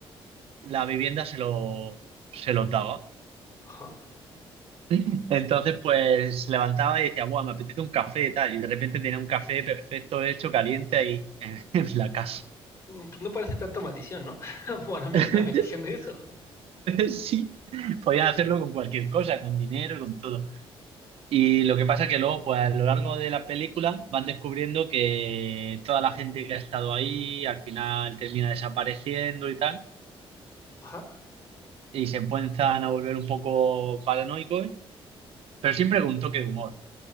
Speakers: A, on the right; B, on the left.
A: la vivienda se lo, se lo daba.
B: Ajá.
A: <laughs> Entonces, pues se levantaba y decía, guau, me apetece un café y tal. Y de repente tenía un café perfecto, hecho, caliente ahí en, <laughs> en la casa.
B: Mm, Pues no parece tanto maldición, ¿no? <laughs> Para mí
A: <laughs>
B: es una bendición eso.
A: Sí, podías hacerlo con cualquier cosa, con dinero, con todo. Y lo que pasa es que luego, pues a lo largo de la película, van descubriendo que toda la gente que ha estado ahí al final termina desapareciendo y tal.
B: Ajá.
A: Y se empiezan a volver un poco paranoicos pero siempre con un toque de humor.